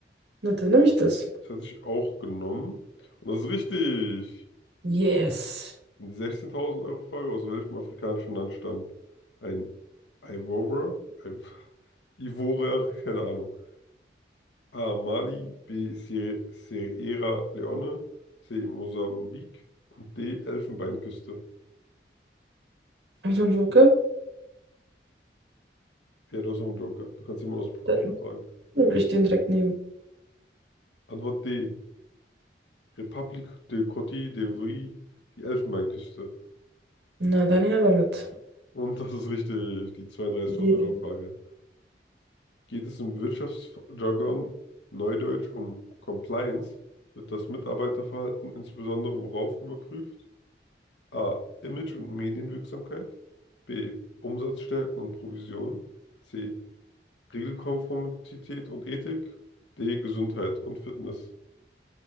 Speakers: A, on the right (about 75°); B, on the left (about 90°).
A: Na, dann nehme ich das.
B: Das hätte ich auch genommen. Und das ist richtig.
A: Yes.
B: Die 16.000 Euro Frage, aus welchem afrikanischen Land stammt ein Ivorer? Ein <laughs> Ivorer, keine Ahnung. A. Mali, B. Sier- Sierra Leone, C. Mosambik und D. Elfenbeinküste.
A: Habe ich noch einen Joker?
B: Ja, du hast noch einen Joker. Du kannst jemanden aus dem Publikum
A: Dann
B: fragen.
A: würde ich den direkt nehmen.
B: Antwort D. Republik de Côte d'Ivoire, die Elfenbeinküste.
A: Na, dann her damit.
B: Und das ist richtig, die 32.000
A: Je-
B: Euro Frage. Geht es im Wirtschaftsjargon, Neudeutsch, um Compliance? Wird das Mitarbeiterverhalten insbesondere worauf überprüft? A. Image und Medienwirksamkeit. B. Umsatzstärke und Provision. C. Regelkonformität und Ethik. D. Gesundheit und Fitness.